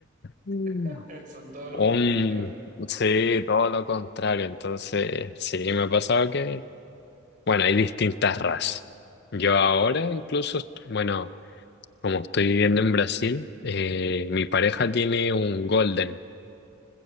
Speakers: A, on the left; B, on the right.
A: <laughs>
B: <laughs> Son todo lo
A: Un,
B: contrario.
A: sí, todo lo contrario. Entonces, sí, me ha pasado que, bueno, hay distintas razas. Yo ahora incluso, est- bueno, como estoy viviendo en Brasil, eh, mi pareja tiene un golden,